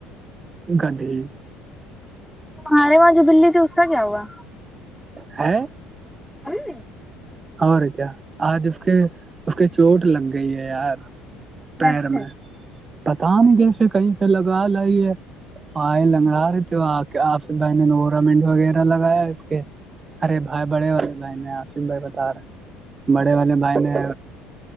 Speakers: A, on the right (about 30°); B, in the centre.
A: گدی جی
B: ہمارے وہاں جو بلی تھی اس کا کیا ہوا
A: ہاں
B: ا نہیں
A: اور کیا آج اس کے اس کے چوٹ لگ گئی ہے یار پیر
B: کیسے
A: میں پتا نہیں کیسے کہیں سے لگا لی ہے ہاں لنگڑا رہے تھے وہ آ کے آصف بھائی نےورامنٹ وغیرہ لگایا اس کے ارے بائی بڑے والے بائی ن آم بائی ار بڑے والے بھائی نے